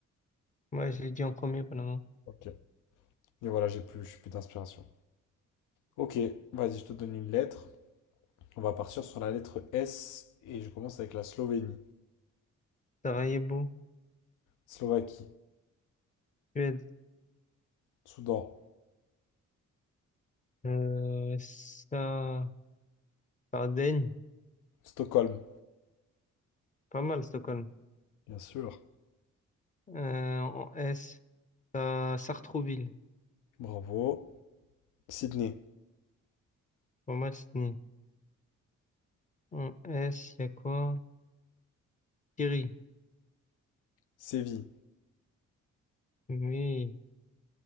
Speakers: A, on the left; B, on the left.
A: moi je l'ai dit en premier, Panama.
B: Ok. Et voilà, j'ai plus, je j'ai plus d'inspiration. Ok, vas-y, je te donne une lettre. On va partir sur la lettre S et je commence avec la Slovénie,
A: Sarajevo,
B: Slovaquie,
A: Suède.
B: Soudan,
A: Euh, ça, Sardaigne,
B: Stockholm,
A: pas mal, Stockholm.
B: bien sûr.
A: Euh, en S, ça, Sartrouville,
B: Bravo. Sydney,
A: pas mal, Sydney. En S, il y a quoi? Thierry,
B: Séville,
A: oui.